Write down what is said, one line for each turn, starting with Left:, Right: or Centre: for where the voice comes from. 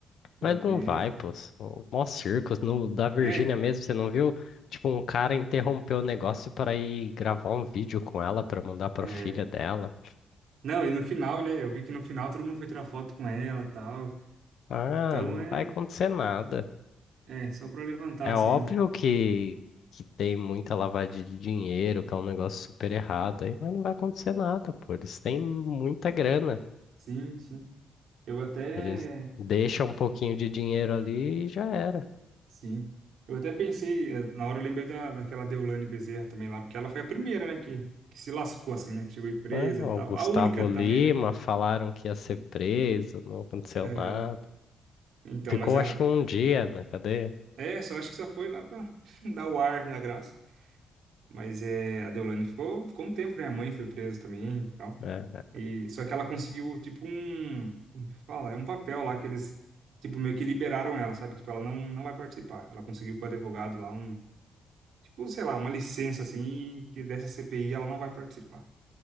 Right: Porque,
Left: Mas não vai, pô. só- Mó circos. No, da Virgínia
Right: é...
Left: mesmo, você não viu? Tipo, um cara interrompeu o negócio para ir gravar um vídeo com ela para mandar para
Right: É.
Left: filha dela.
Right: Não, e no final, né? Eu vi que no final todo mundo foi tirar foto com ela e tal.
Left: Ah,
Right: Então
Left: não
Right: é,
Left: vai acontecer nada.
Right: é só pra levantar,
Left: É
Right: assim.
Left: óbvio que, que tem muita lavagem de dinheiro, que é um negócio super errado aí, mas não vai acontecer nada, pô. Eles têm muita grana.
Right: Sim, sim. Eu até.
Left: Eles deixam um pouquinho de dinheiro ali e já era.
Right: Sim. Eu até pensei, eh, na hora eu lembrei da, daquela Deolane Bezerra também lá, porque ela foi a primeira, né, que, que se lascou, assim, né? Que chegou em presa
Left: né? O
Right: e tal.
Left: Gustavo
Right: A única também,
Left: Lima
Right: né?
Left: falaram que ia ser preso, não aconteceu
Right: É,
Left: nada.
Right: então,
Left: Ficou
Right: mas a.
Left: acho que um dia na cadeia.
Right: É, só acho que só foi lá pra <laughs> dar o ar da graça. Mas é, a Deolane ficou, ficou um tempo, né? A mãe foi presa também e tal.
Left: É.
Right: E, só que ela conseguiu, tipo, um. Como que fala? É um papel lá que eles, tipo, meio que liberaram ela, sabe? Tipo, ela não, não vai participar. Ela conseguiu com o advogado lá um, tipo, sei lá, uma licença, assim, que dessa CPI ela não vai participar.